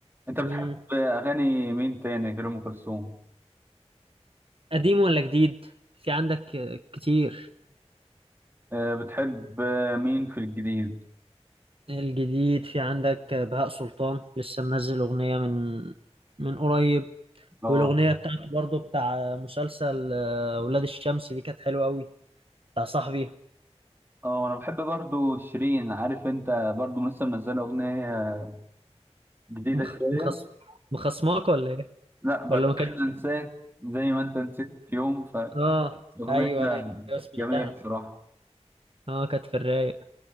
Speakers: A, on the right; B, on the right.
A: أنت بتحب
B: مم.
A: أغاني مين تاني غير أم كلثوم؟
B: قديم ولا جديد في عندك آه، كتير
A: آه، بتحب آه، مين في الجديد؟
B: الجديد في عندك آه، بهاء سلطان لسه منزل أغنية من من قريب
A: اه
B: والأغنية بتاعته برضو بتاع آه، مسلسل آه، ولاد الشمس دي كانت حلوة قوي بتاع صاحبي
A: اه انا بحب برضو شيرين عارف انت برضو لسه منزله اغنيه جديده
B: مخ...
A: شويه
B: مخص... مخصماك ولا ايه
A: لا بتخيل
B: ولا ما كان
A: انساك زي ما انت نسيت في يوم
B: اه
A: فاغنيه
B: ايوه ايوه سمعتها
A: جميله الصراحه
B: اه كانت في الرايق